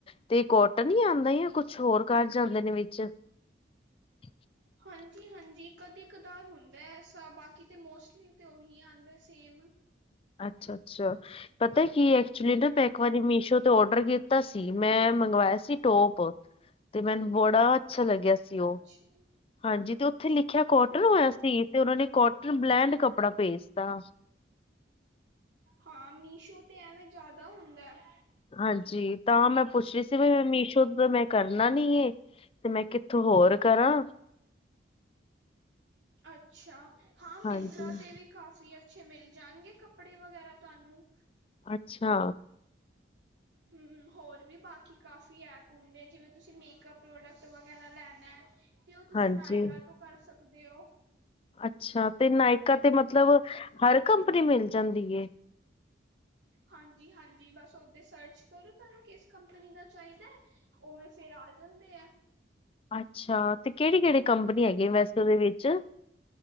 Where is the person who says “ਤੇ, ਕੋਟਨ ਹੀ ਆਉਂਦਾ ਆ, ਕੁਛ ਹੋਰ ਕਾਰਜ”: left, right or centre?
Left